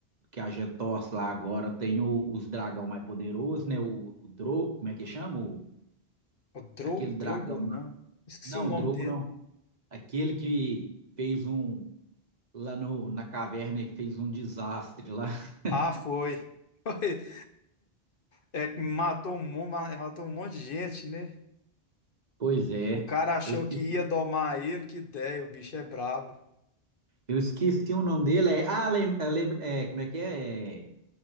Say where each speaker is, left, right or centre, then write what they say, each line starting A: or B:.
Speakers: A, on the right; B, on the left.
A: que a gente torce lá agora tem o- os dragão mais poderosos, né? O, o Dro, como é que chama? O-
B: o Drogo,
A: aquele dragão.
B: Drogo, não. Esqueci
A: Não,
B: o nome
A: o Drogo
B: dele.
A: não. Aquele que fez um lá no, na caverna e fez um desastre lá. <laughs>
B: Ah, foi. <laughs> Foi. É, que matou um, mon- ma- matou um monte de gente, né?
A: Pois é.
B: O cara achou
A: Eu esqueci,
B: que ia domar ele, que ideia, o bicho é brabo.
A: eu esqueci o nome dele. É, ah, lem, eu lembro. É, como é que é? É,